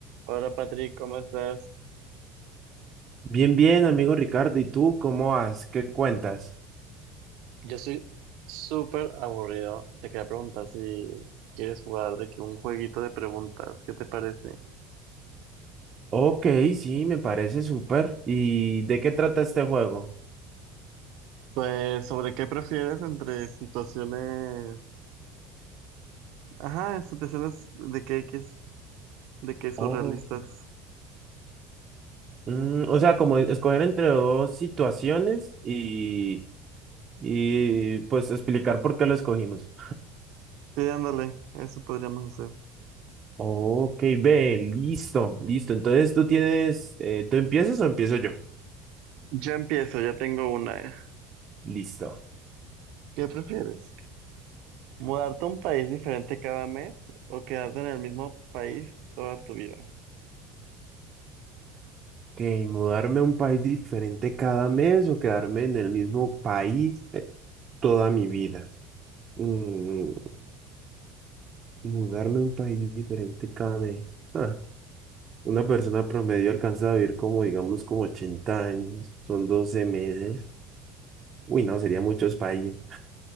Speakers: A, on the right (about 65°); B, on the right (about 25°).
A: Hola Patrick, ¿cómo estás?
B: Bien, bien, amigo Ricardo. ¿Y tú cómo vas? ¿Qué cuentas?
A: Yo estoy súper aburrido. Te quería preguntar si quieres jugar de que un jueguito de preguntas, ¿qué te parece?
B: Ok, sí, me parece súper. ¿Y de qué trata este juego?
A: Pues sobre qué prefieres entre situaciones, ajá, situaciones de que X, de que surrealistas.
B: Oh, mm, o sea, como escoger entre dos situaciones y, y pues explicar por qué lo escogimos.
A: Sí, ándale, eso podríamos hacer.
B: Ok, ve, listo, listo. Entonces tú tienes, eh, ¿tú empiezas o empiezo yo?
A: Yo empiezo, ya tengo una. eh.
B: Listo.
A: ¿Qué prefieres? ¿Mudarte a un país diferente cada mes o quedarte en el mismo país toda tu vida?
B: Ok, mudarme a un país diferente cada mes o quedarme en el mismo país eh, toda mi vida. Mm, Mudarme a un país diferente cada mes. Ah, una persona promedio alcanza a vivir como, digamos, como 80 años. Son 12 meses. Uy, no, sería muchos países.